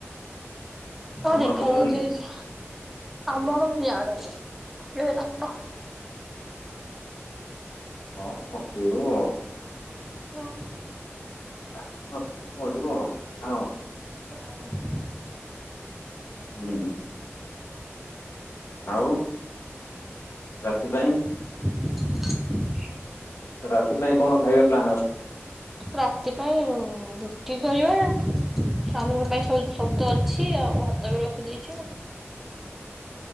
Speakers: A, in the centre; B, on the left.
A: କଣ
B: ତମର
A: ଦେଖାଯାଉଛି।
B: ପକେଇବନି କି?
A: ଆମର ମୁଁ ଯାଣିନି କିଏ ଦବ।
B: ହଁ ପକେଇବ ଆଉ।
A: <inaudible>
B: <unintelligible>
A: <inaudible>
B: <unintelligible> ଆଉ, ରାତିପାଇଁ
A: <inaudible>
B: ରାତି ପାଇଁ କଣ ଖାଇବା ପ୍ଲାନ ଅଛି?
A: ରାତି ପାଇଁ ରୁଟି କରିବା ସ୍ଵାମୀଙ୍କ ପାଇଁ ସବୁତ ଅଛି ଆଉ ଭାତ ବି ରଖିଦେଇଛୁ।